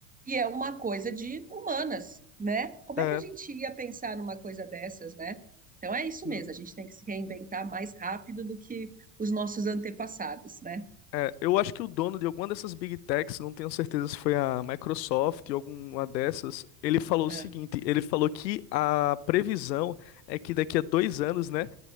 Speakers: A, on the right (about 15°); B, on the left (about 85°).
A: e é uma coisa de humanas, né? Como
B: É,
A: é que a gente ia pensar numa coisa dessas, né? Então é isso
B: sim.
A: mesmo, a gente tem que se reinventar mais rápido do que os nossos antepassados, né?
B: É, eu acho que o dono de alguma dessas big techs, não tenho certeza se foi a Microsoft ou alguma dessas, ele falou
A: É.
B: o seguinte: ele falou que a previsão é que daqui a dois anos, né?